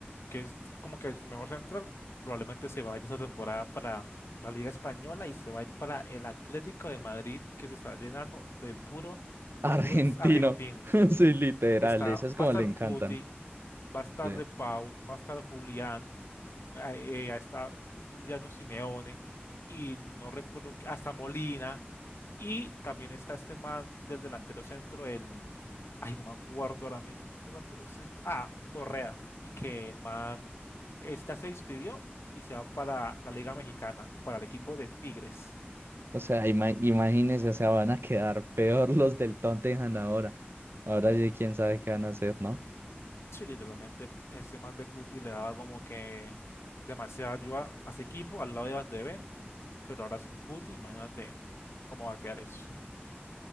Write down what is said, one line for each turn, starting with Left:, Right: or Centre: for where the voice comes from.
Left: que es como que su mejor central, probablemente se vaya esta temporada para la Liga Española y se va a ir para el Atlético de Madrid, que se está llenando de puro,
Right: argentino.
Left: de puros argentinos.
Right: <laughs> Sí, literal,
Left: Está,
Right: esas como
Left: va a estar
Right: le encantan.
Left: Cuti, va a estar
Right: sí.
Left: De Paul, va a estar Julián a- eh, hasta Juliano Simeone y no recuerdo, qui- hasta Molina y también está este man del delantero centro, el, ay, no me acuerdo ahora mismo, delantero centro, ah, Correa, y que el man está se despidió y se va para la Liga Mexicana, para el equipo de Tigres.
Right: O sea, ima- imagínense, o sea, van a quedar peor los del Tottenham ahora. Ahora sí, quién sabe qué van a hacer, ¿no?
Left: Sí, literalmente ese man de Cuti le daba como que demasiada ayuda a ese equipo al lado de Van de Ven, pero ahora sin Cuti, imagínate cómo va a quedar eso.